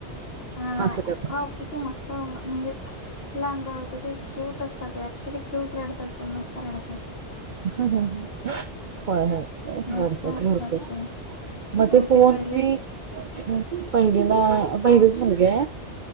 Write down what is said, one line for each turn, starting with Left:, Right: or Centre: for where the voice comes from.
Left: हा
Right: असं करत
Left: वा किती मस्त म्हणजे <unintelligible> लहान बाळकचे क्यूट असतातरखि ते क्यूट रडतात ते मस्त रडतात
Right: ह ह हो हो
Left: मस्त
Right: ततो
Left: असतात ते
Right: मग
Left: तुमची
Right: ते फोन
Left: पहिली
Right: मी पहिली ना पहिलेच
Left: तुम
Right: म्ह घे